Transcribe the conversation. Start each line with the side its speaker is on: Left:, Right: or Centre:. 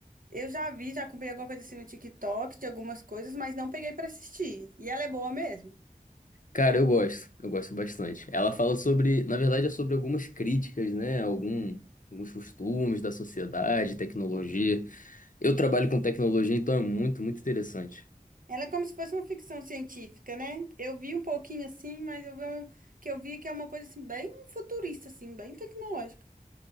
Right: Eu já vi, já comprei alguma coisa assim no TikTok de algumas coisas, mas não peguei pra assistir. E ela é boa mesmo?
Left: Cara, eu gosto. Eu gosto bastante. Ela fala sobre, na verdade, é sobre algumas críticas, né? Algum, alguns costumes da sociedade, tecnologia. Eu trabalho com tecnologia, então é muito, muito interessante.
Right: Ela é como se fosse uma ficção científica, né? Eu vi um pouquinho assim, mas eu vi um, que eu vi que é uma coisa assim bem futurista assim, bem tecnológica.